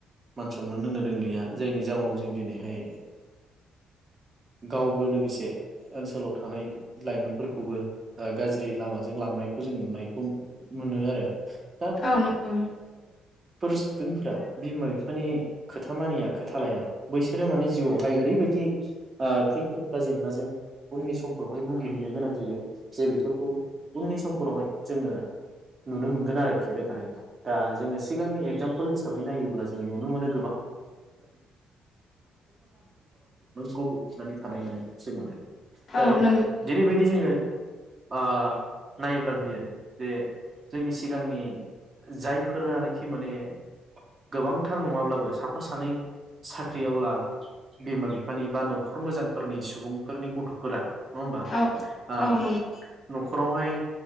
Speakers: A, on the right; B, on the left.
A: मान सनमान होनो रोंलिया जायनि जाउनाव जों दिनैहाय गावबो लोगोसे ओनसोलाव थानाय लाइमोनफोरखौबो गाज्रि लामाजों लांनायखौ जों नुनायखौ । मोनो आरो ।
B: औ नंगौ ।
A: फोर स्टुदेन्टफोरा बिमा बिफानि खोथा मानिया खोथा लाया बैसोरो माने जिउआवहाय ओरैबायदि ओ‌ खैफोद बा जेंनाजों उननि समफोरावहाय भुगिहैनो गोनां जायो जे बेफोरखौ उननि समफोरावहाय जोङो । नुनो मोनगोन आरोखि रोखा रोखा दा जोङो सिगांनि एगजामपोल हिसाबै नायोब्ला जों नुनो मोनो गोबां दा
B: औ नंगौ
A: जेरैबायदि जोङो आ नायोब्ला नुयो । जे जोंनि सिगांनि जायफोरानोखि माने गोबांथार नङाब्लाबो साफा सानै साख्रिआवला बिमा बिफानि बा नखर मोजांफोरनि सुबुंफोरनि गथफोरा नङा होमबा
B: औ
A: आ
B: औ नंगौ
A: नखरावहाय